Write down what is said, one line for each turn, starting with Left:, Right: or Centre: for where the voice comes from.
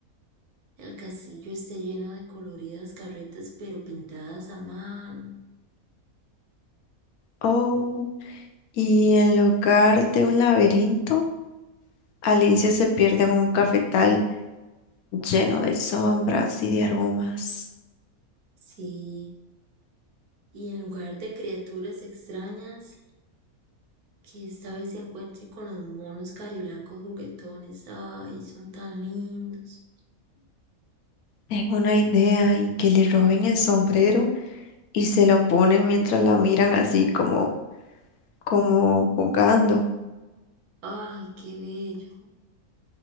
Right: el castillo esté lleno de coloridas carretas, pero pintadas a mano.
Left: Oh. Y en lugar de un laberinto, Alicia se pierde en un cafetal lleno de sombras y de aromas.
Right: Sí. Y en lugar de criaturas extrañas, que esta vez se encuentre con los monos cariblancos juguetones. Ay, son tan lindos.
Left: Tengo una idea y que le roben el sombrero y se lo ponen mientras la miran así como, como jugando.
Right: Ay, qué bello.